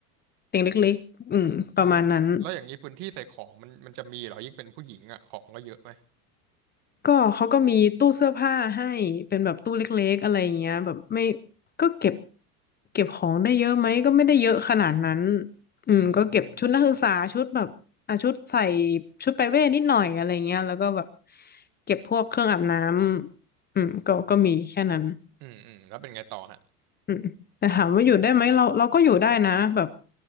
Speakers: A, on the left; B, on the right.
A: เตียงเล็กๆอืมประมาณนั้น
B: อ่ะแล้วแล้วอย่างนี้พื้นที่ใส่ของมันมันจะมีเหรอยิ่งเป็นผู้หญิงอ่ะของก็เยอะไหม
A: ก็เขาก็มีตู้เสื้อผ้าให้เป็นแบบตู้เล็กๆอะไรอย่างเงี้ยแบบไม่ก็เก็บเก็บของได้เยอะไหมก็ไม่ได้เยอะขนาดนั้นอืมก็เก็บชุดนักศึกษาชุดแบบอ่ะชุดใส่
B: อืมอ
A: ชุดไปเว่นิดหน่อยอะไรเงี้ยแล้วก็แบบเก็บพวกเครื่องอาบน้ำอืมก็ก็มีแค่นั้น
B: ืมอืมแล้วเป็นไงต่อฮะ
A: อืมแต่ถามว่าอยู่ได้ไหมเราเราก็อยู่ได้นะแบบ